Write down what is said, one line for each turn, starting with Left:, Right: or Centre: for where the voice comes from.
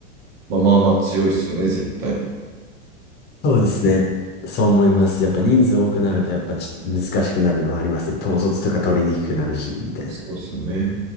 Right: まあまあまあ強いですよね、絶対。
Left: そうですね。そう思います。やっぱ人数多くなるとやっぱち難しくなるのはありますね。統率とか取りにくくなるし、みたいな。
Right: そうですよね。